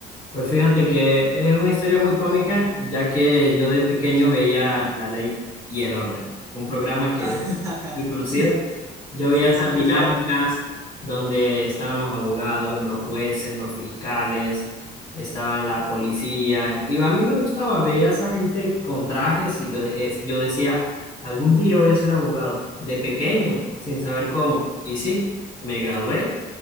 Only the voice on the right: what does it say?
<laughs>
Sí,
sí,
sí he escuchado.